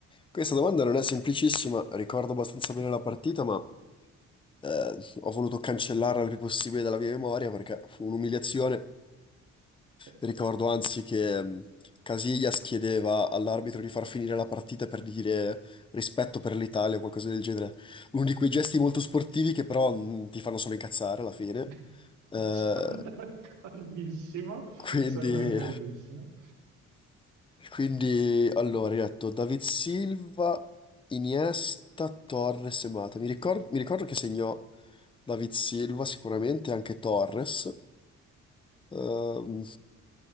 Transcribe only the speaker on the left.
questa domanda non è semplicissima, ricordo abbastanza bene la partita, ma eh, ho voluto cancellarla il più possibile dalla mia memoria perché fu un'umiliazione.
Ricordo anzi che mh, Casillas chiedeva all'arbitro di far finire la partita per dire rispetto per l'Italia o qualcosa del genere. Uno di quei gesti molto sportivi che però mh, ti fanno solo incazzare alla fine.
Eh,
quindi,
quindi, allora, hai detto David Silva, Iniesta, Torres e Mata. Mi ricor- mi ricordo che segnò David Silva sicuramente, anche Torres. Ehm,